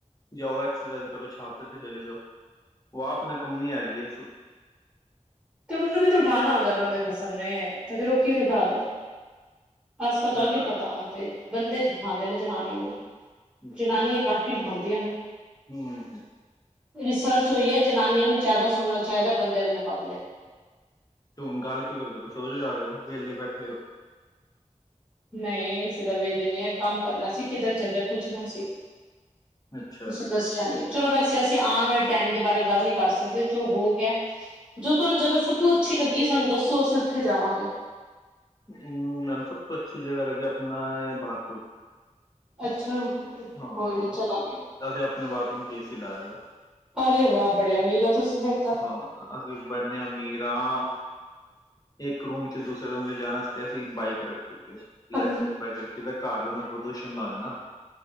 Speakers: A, on the left; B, in the centre.
A: ਜਾਓ ਐਕਸਸਾਇਜ ਕਰੋ ਛਾਤ ਤੇ ਚਲੇ ਜਾਓ। ਓ ਆਪ ਨਕੰਮੀ ਹੇਗੀ ਏ
B: ਤੇ ਓਨੂੰ ਵੀ ਤੇ ਉਠਾਨਾ <unintelligible> ਨਾ ਓਦੇ ਖਸਮ ਨੇ। ਤੇ ਫੇਰ ਉਹ ਕਿਵੇਂ ਉਠਾ ਦੇ ਆ? ਅਜਕਲ ਤੁਹਾਨੂੰ
A: ਮੈਂ
B: ਨੀ
A: ਗੱਲ
B: ਪਤਾ
A: ਗੱਲ
B: ਤੇ ਬੰਦੇ <unintelligible> ਉਠਾਂਦੇ ਨੇ ਜਨਾਨੀ ਨੂੰ ਨਾ।
A: ਅੱਛਾ
B: ਜਨਾਨੀ ਕੱਟ ਈ ਉਠਾਂਦੀਆਂ ਨੇ
A: ਹਮ
B: ਰਿਸਰਚ ਹੋਈਏ ਜਨਾਨੀਆਂ ਨੂੰ ਜਾਦਾ ਸੋਣਾ ਚਾਹੀਦਾ ਬੰਦੇ ਦੇ ਮੁਕਾਬਲੇ।
A: ਤੇ ਹੁਣ ਗੱਲ ਕੀ ਕਰਦੇ ਪਏ ਸੋ ਜੋ ਜਾ ਕੇ ਵਿਹਲੇ ਬੈਠੇ ਹੋ
B: ਨਹੀਂ ਇਸੇ ਤਾਂ ਵੇਲੇ ਨਹੀਂ ਹੈ ਕੰਮ ਕਰਨਾ ਸੀ ਕਿਤੇ ਚੱਲਿਆ ਪੁੱਛਣਾ
A: ਅੱਛਾ
B: ਤੁਸੀਂ ਦੱਸਿਆ ਨੀ ਚਲੋ ਵੈਸੇ ਅਸੀਂ ਆਉਣ ਵਾਲੇ ਟਾਈਮ ਦੇ ਬਾਰੇ ਗੱਲ ਨੀ ਕਰ ਸਕਦੇ ਜੋ ਹੋ ਗਿਆ ਜੋ ਤੁਹਾਨੂੰ ਜਗਾ ਸਭ ਤੋਂ ਅੱਛੀ ਲੱਗੀ ਸਾਨੂੰ ਦੱਸੋ ਅਸੀਂ ਉੱਥੇ ਜਾਵਾਂਗੇ।
A: ਹਮ ਮੈਂ ਨਾ ਸਭ ਕੁੱਛ ਕਿਦਾ ਦਾ ਲੱਗਿਆ ਆਪਣਾ ਇਹ ਬਾਥਰੂਮ
B: ਅੱਛਾ
A: ਹਾਂ
B: ਕੋਈ ਨੀ ਚਲਾਂਗੇ।
A: ਅਸੀ ਆਪਣੇ ਬਾਥਰੂਮ ਏਸੀ ਲਗਾਇਆ
B: ਅਰੇ ਵਾਹ ਬੜੇ ਅਮੀਰ ਹੋ ਤੁਸੀਂ ਫਿਰ ਤਾਂ।
A: ਹਾਂ ਅਸੀਂ ਬੰਨੇ ਅਮੀਰ ਹਾ ਇੱਕ ਰੂਮ ਚ ਦੂਸਰੇ ਰੂਮ ਚ ਜਾਣ ਵਾਸਤੇ ਅਸੀਂ ਇੱਕ ਬਾਈਕ ਰੱਖੀ ਹੈ ਇਲੈਕਟ੍ਰਿਕ
B: ਓ
A: ਬਾਈਕ ਰੱਖੀ ਦਾ ਘਰ ਦੇ ਅੰਦਰ ਪ੍ਰਦੂਸ਼ਣ ਨਾ ਹੋਏ ਨਾ